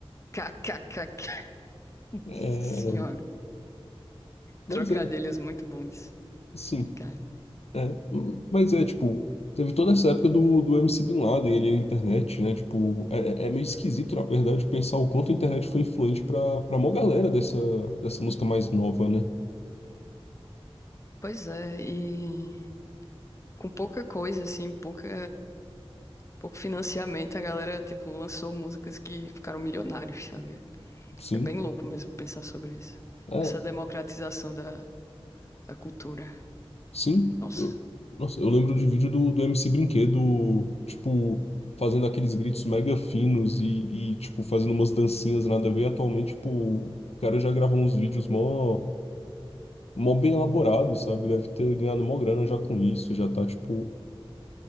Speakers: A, on the left (about 30°); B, on the left (about 85°).
A: KKKK. <laughs> Nossa
B: É,
A: senhora.
B: mas
A: Trocadilhos
B: é,
A: muito bons,
B: sim.
A: cara.
B: É, mas é, tipo, teve toda essa época do, do MC Bin Laden ali na internet, né? Tipo, é, é meio esquisito, na verdade, pensar o quanto a internet foi influente pra, pra mó galera dessa, dessa música mais nova, né?
A: Pois é, e com pouca coisa, assim, pouca, pouco financiamento, a galera, tipo, lançou músicas que ficaram milionários, sabe?
B: Sim.
A: É bem louco mesmo pensar sobre isso.
B: É.
A: Essa democratização da, da cultura.
B: Sim,
A: Nossa,
B: eu, nossa, eu lembro de vídeo do, do MC Brinquedo, tipo, fazendo aqueles gritos mega finos e, e, tipo, fazendo umas dancinhas nada a ver. Atualmente, tipo, o cara já gravou uns vídeos mó, mó bem elaborados, sabe? Deve ter ganhado mó grana já com isso, já tá, tipo,